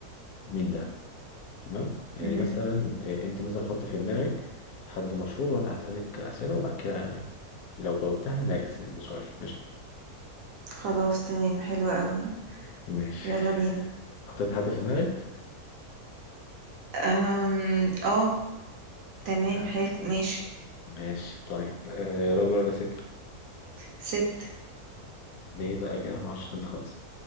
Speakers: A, on the left; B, on the right.
A: مين ده تمام يعني
B: مهم.
A: مثلا إيه، انت مثلا حط في دماغك حد مشهور وانا هسألك أسئلة وبعد كده لو جاوبتها نعكس السؤال ماشي
B: خلاص تمام حلو قوي
A: ماشي
B: يلا بينا
A: حطيت حد في دماغك
B: أم... اه تمام
A: آه.
B: حلو ماشي
A: ماشي طيب آه راجل ولا ست
B: ست
A: ليه بقى كده معرفش حد خالص